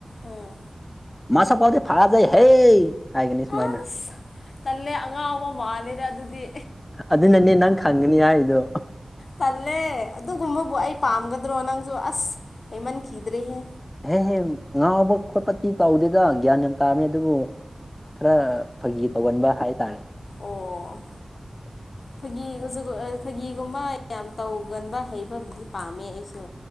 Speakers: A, on the left; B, on the left.
A: ꯎꯝ
B: ꯃꯥꯁꯛ ꯐꯥꯎꯗꯤ ꯐꯖꯏ ꯍꯦ ꯍꯥꯏꯒꯅꯤ ꯁꯨꯃꯥꯏꯅ
A: ꯑꯁ ꯇꯜꯂꯦ ꯑꯉꯥꯎꯕ ꯃꯥꯜꯂꯦꯗ ꯑꯗꯨꯗꯤ
B: ꯑꯗꯨꯅꯅꯦ ꯅꯪ ꯈꯪꯒꯅꯤ ꯍꯥꯏꯗꯣ
A: ꯇꯜꯂꯦ ꯑꯗꯨꯒꯨꯝꯕꯕꯨ ꯑꯩ ꯄꯥꯝꯒꯗ꯭ꯔꯣ ꯅꯪꯁꯨ ꯑꯁ ꯂꯩꯩꯃꯟꯈꯤꯗ꯭ꯔꯦꯍꯦ
B: ꯍꯦꯍꯦ ꯉꯥꯎꯕ ꯈꯣꯠꯄꯗꯤ ꯇꯧꯗꯦꯗ ꯒ꯭ꯌꯥꯟ ꯌꯥꯝ ꯇꯥꯕꯅꯤ ꯑꯗꯨꯕꯨ ꯈꯔ ꯐꯥꯒꯤ ꯇꯧꯒꯟꯕ ꯍꯥꯏꯇꯥꯔꯦ
A: ꯑꯣ
B: <unintelligible>
A: ꯐꯥꯒꯤꯒ ꯐꯥꯒꯤꯒꯨꯝꯕ ꯌꯥꯝ ꯇꯧꯒꯟꯕ ꯍꯩꯕꯕꯨꯗꯤ ꯄꯥꯝꯃꯦ ꯑꯩꯁꯨ